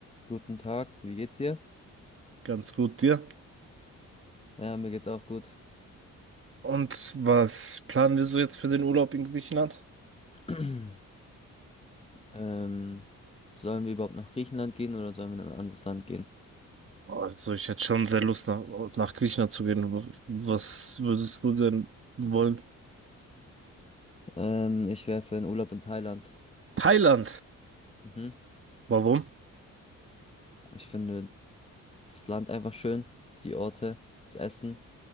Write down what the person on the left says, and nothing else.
Guten Tag, wie geht's dir?
Ja, mir geht's auch gut.
<clears throat> Ähm, sollen wir überhaupt nach Griechenland gehen oder sollen wir in ein anderes Land gehen?
Ähm, ich wäre für einen Urlaub in Thailand.
Mhm.
Ich finde das Land einfach schön, die Orte, das Essen,